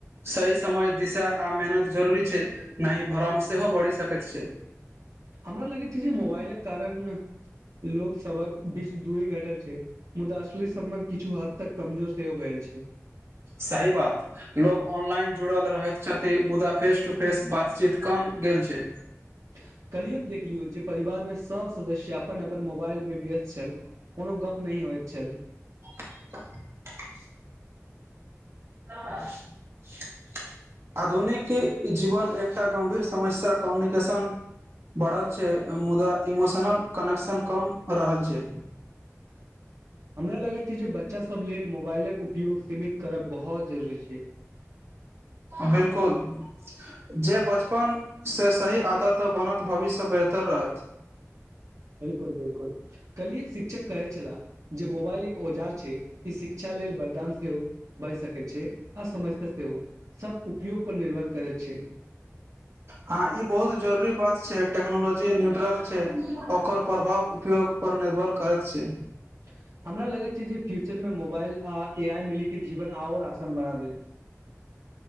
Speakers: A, on the right (about 55°); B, on the right (about 80°).
A: सही समय दिशा आ मेहनत जरूरी छै न भरम सेहो बढ़ि सकैत छै
B: हमरा लगैत छै जे मोबाइलक कारण लोक सभक बीच दूरी घटल छै मुदा असली सम्बन्ध किछु हद तक कमजोर सेहो भेल छै -
A: सही बात लोग ऑनलाइन जुड़ल रह छथि मुदा फेस टू फेस बातचीत कम गेल छै
B: <unintelligible> कलियी हम देखलियो जे परिवार मे सब सदस्य अपन अपन मोबाइल मे व्यस्त छल कोनो गप नह होइत छल
A: <unintelligible> <unintelligible> आधुनिक जीवन एकटा गम्भीर समस्या कम्युनिकेशन बढ़ल छै मुदा इमोशनल कनेक्शन कम रहल छै
B: हमरा लगैत छै जे बच्चा सब लेल मोबाइलक उपयोग सीमित करब बहुत जरुररी छै
A: बिलकुल जे बचपनसँ सही आदत बनत भविष्य बेहतर रहत
B: बिलकुल बिलकुल कल एक शिक्षक कहै छलाह जे मोबाइल एक औजार छै ई शिक्षा लेल वरदान सेहो भए सकैत छै आ समझता सेहो ओ सब उपोग पर निर्भर करै छै
A: ह ई बहुत जरुररी बात छै टेक्नोलॉजी न्यूट्रल छै ओकर प्रभाव उपयोग पर ने तकर कारक छै
B: त हमरा लगैत छै जे फ्यूचर मे मोबाइल आ ए आइ मिल के जीवन आओर आसान बना देत <unintelligible>